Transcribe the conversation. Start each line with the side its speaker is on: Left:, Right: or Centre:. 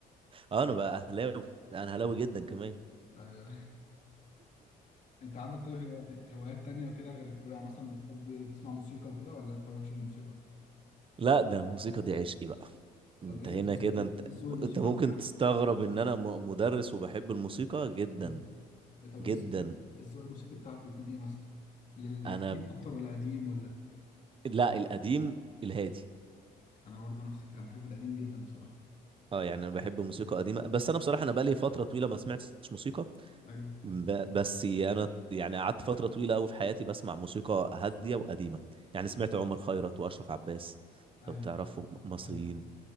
Right: اه انا بقى اهلاوي لا، انا اهلاوي جدا كمان
Left: ايوه <laughs> انت عندك طيب هو- هوايات تانية وكده غير الكورة يعني مثلا بتحب تسمع موسيقى وكده ولا انت مالكش في الموسيقى؟
Right: لا ده الموسيقى دي عشقي بقى انت
Left: طب ايه الذوق
Right: هنا كده
Left: إيه
Right: انت
Left: الذوق الموسيقى
Right: انت ممكن
Left: بتاعك؟
Right: تستغرب ان انا م- مدرس وبحب الموسيقى جدا
Left: ايوه طب ايه
Right: جدا
Left: الذوق الذوق الموسيقي بتاعك بيكون ايه مثلا؟ للجديد
Right: انا
Left: اكتر ولا قديم ولا؟
Right: لا القديم الهادي
Left: انا برضو نفس الكلام بحب القديم جدا بصراحه
Right: اه يعني انا بحب موسيقى قديمه بس انا بصراحه انا بقالي فتره طويله ما سمعتش موسيقى
Left: ايوه
Right: ب... بس انا يعني قعدت فتره طويله قوي في حياتي بسمع موسيقى هاديه وقديمه يعني سمعت عمر خيرت واشرف عباس
Left: ايوه
Right: لو تعرفهم مصريين
Left: ايوه